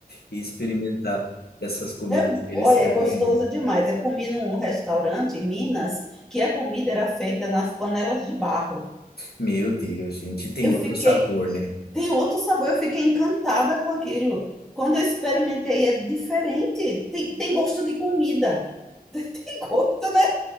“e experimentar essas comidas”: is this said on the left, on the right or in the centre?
Left